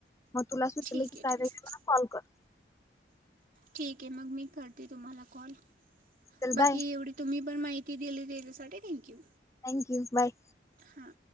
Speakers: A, on the left; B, on the right.
A: मग तुला सुितलं
B: ठीक
A: की
B: आहे
A: काय
B: ठीक आहे
A: वे मला कॉल कर
B: ठीक आहे मग मी करते तुम्हाला कॉल
A: चल
B: बाकी
A: बाय
B: एवढी तुम्ही पण माहिती दिली त्याच्यासाठी थँक्यू.
A: Thank you bye.
B: हां.